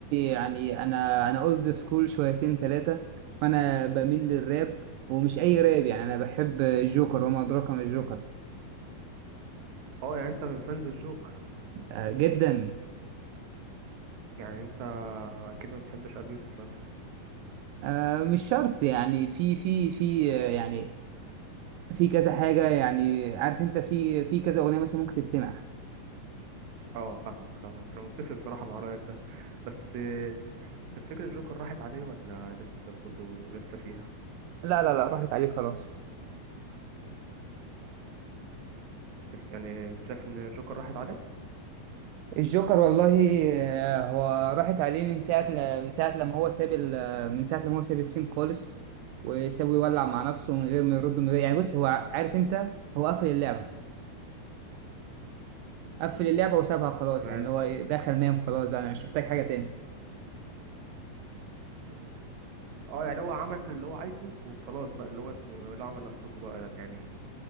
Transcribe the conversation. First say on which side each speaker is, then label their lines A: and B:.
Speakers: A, on the right; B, on the right.
A: يعني انا انا اولد سكول شويتين ثلاثه فانا بميل للراب ومش اي راب يعني انا بحب الجوكر وما ادراك ما الجوكر
B: اه يعني انت من فانز الجوكر
A: آه جدا
B: يعني انت اكيد ما بتحبش ابي يوسف مثلا
A: آه مش شرط يعني في في في آه، يعني في كذا حاجه يعني عارف انت في في كذا اغنيه مثلا ممكن تتسمع
B: اه فاهمك فاهمك انا متفق بصراحه مع رايك ده بس آه، تفتكر الجوكر راحت عليه ولا لسه برضو لسه فيها
A: لا لا لا راحت عليك خلاص
B: تف... يعني انت شايف ان الجوكر راحت عليه
A: الجوكر والله آه، هو راحت عليه من ساعة ل... من ساعة لما هو ساب ال... آه، من ساعة لما هو ساب السين خالص وسابه يولع مع نفسه من غير ما يرد من غير يعني بص هو ع- عارف انت هو قفل اللعبة قفل اللعبة وسابها خلاص
B: تمام
A: يعني اللي هو إيه، دخل نام خلاص بقى انا مش محتاج حاجة تاني
B: اه يعني هو عمل اللي هو عايزه وخلاص بقى اللي هو انتوا لعوا من نفسكم بقى يعني